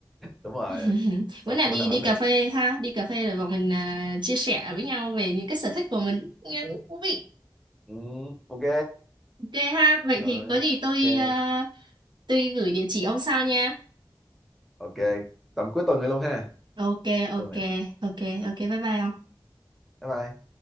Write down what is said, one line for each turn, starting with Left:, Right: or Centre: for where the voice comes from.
Centre: đúng rồi
Right: <laughs>
Centre: sao
Right: Bữa nào
Centre: không
Right: đi
Centre: thể nào
Right: đi
Centre: hết được
Right: cà phê ha, đi cà phê rồi bọn mình à, chia sẻ với nhau về những cái sở thích của mình. Nghe cũng thú vị.
Centre: ừ, ok
Right: Ok ha, vậy
Centre: rồi
Right: thì có gì tôi
Centre: ok
Right: à, tôi gửi địa chỉ ông sao nha.
Centre: ok tầm cuối tuần này luôn ha
Right: Ok
Centre: tuần
Right: ok
Centre: này
Right: ok
Centre: ok
Right: ok bye bye ông.
Centre: bye bye